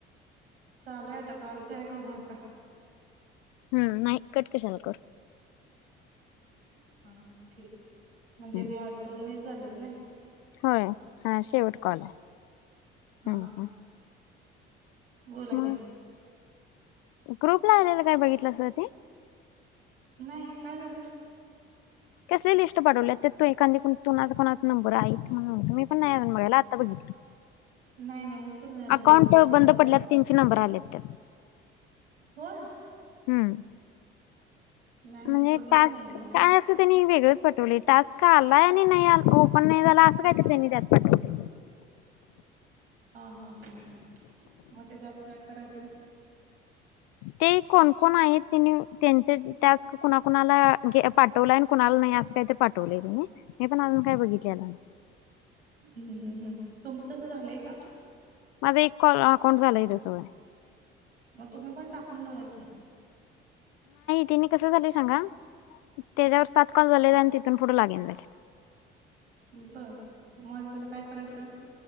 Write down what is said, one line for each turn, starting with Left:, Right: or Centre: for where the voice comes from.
Right: चालूयता काॅल काय करू नका.
Left: हम्म नाही कट कशाला करु.
Right: हा ठीक आहे म्हणजे
Left: हम्म.
Right: म दोन वीस झाले त नाही.
Left: होय हा शेवट कॉल आहे,
Right: हा
Left: हम्म हम्म.
Right: बोला
Left: मग
Right: की.
Left: ग्रुपला आलेला काय बघितलं अस ते?
Right: नाही काय झालं.
Left: कसले लिस्ट पाठवले एखादी तुणाचा कोणाचा नंबर आहे म्हणून म्हणत मी पण नाही अजून बघायला आत्ता बघितलं.
Right: नाही नाही मी पण नाही बघितलं
Left: अकाउंट
Right: बघेन
Left: बंद
Right: आता.
Left: पडल्यात त्यांचे नंबर आलेत त्यात.
Right: होय.
Left: हम्म
Right: नाही नाही
Left: म्हणजे
Right: बघितलं
Left: तास्क
Right: नाही अहो
Left: काय असं त्यांनी वेगळंच पाठवलं. टास् का आलाय आणि नाही आ ओपन नाही झाला असं काहीत त्यांनी त्यात पाठवठ
Right: हा हा हा हा मजे जाल काय करायचंय.
Left: ते कोण कोण आहेत त्यांनी त्यांच त्यास कुणाकुणाला पाठवलं आहे. कुणाला नाही अस काही ते पाठवले त्यांने मी पण अजून काही बघितलेलं नाही.
Right: हम् हम हम तुमचं तसं झालंय का.
Left: माझा एक कॉ अकाउंट झालाय त्यासय
Right: मग तुम्ही पण टाकून बघाय क
Left: तिने कसं झालं सांगा त्याच्यावर सात कॉल झाले आणि तिथून पुढे लागेन झालेत.
Right: बर मझ त्याला काय करायचं.